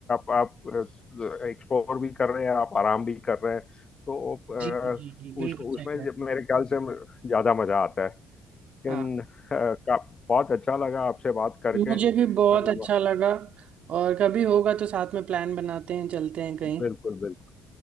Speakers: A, on the left; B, on the right.
A: आप आप एक्सप्लोर भी कर रहे हैं आप आराम भी कर रहे हैं तो अ,
B: जी जी जी बिल्कुल
A: उस उसमें
B: सही कह रहे
A: जब मेरे ख्याल से ज़्यादा मज़ा आता है लेकिन
B: हैं हाँ
A: अ, का- बहुत अच्छा लगा आपसे बात करके
B: मुझे भी बहुत
A: अब-
B: अच्छा लगा और कभी होगा तो साथ में प्लान बनाते हैं चलते हैं कहीं
A: बिल्कुल बिल्कुल